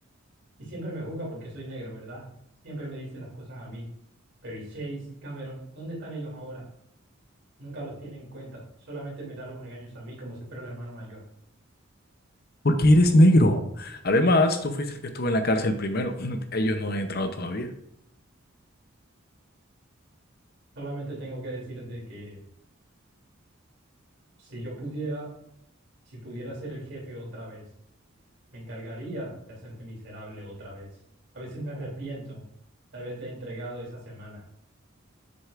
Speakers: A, on the right; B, on the left.
A: Y siempre me juzga porque soy negro, ¿verdad? Siempre me dice las cosas a mí. Pero ¿y Chase, Cameron? ¿Dónde están ellos ahora? Nunca los tiene en cuenta, solamente me da los regaños a mí como si fuera el hermano mayor.
B: porque eres negro. Además, tú fuiste el que estuvo en la cárcel primero. <laughs> Ellos no han entrado todavía.
A: Solamente tengo que decirte que si yo pudiera Si pudiera ser el jefe otra vez, me encargaría de hacerte miserable otra vez. A veces me arrepiento de haberte entregado esa semana.